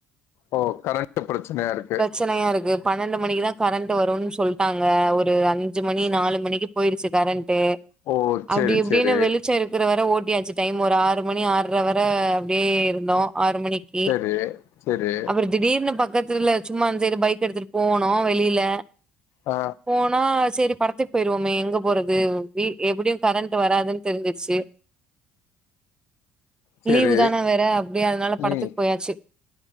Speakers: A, on the left; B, on the right.
A: ஓ கரண்ட்டு ப்ரச்சனையா இருக்கு
B: ப்ரச்சனையா இருக்கு பன்னெண்டு மணிக்கு தா கரண்ட் வருன்னு சொல்ட்டாங்க ஒரு அஞ்சு மணி நாலு மணிக்கு போயிருச்சு கரண்ட் டே
A: ஓ செரி
B: அப்டி இப்டின்னு
A: செரி
B: வெளிச் ம் இருக்குற வர ஓட்டியாச்சு டைம் ஒரு ஆறு மணி ஆற்ர வர அப்டியே இருந்தோ ஆறு மணிக்கி
A: செரி செரி
B: அவரு திடீர்னு பக்கத்துல சும்மா அந்த இது பைக் எடுத்துட்டு போனோ வெளியில
A: ஆ
B: போனா செரி படத்துக்கு போயிருவோமே எங்க போறது வி எப்புடியு கரண்ட் வராதுன் தெரிஞ்சுருச்சு
A: செரி
B: லீவு தானே வேற அப் இப்டியே அதுனால படத்துக்கு
A: ம்
B: போயாச்சு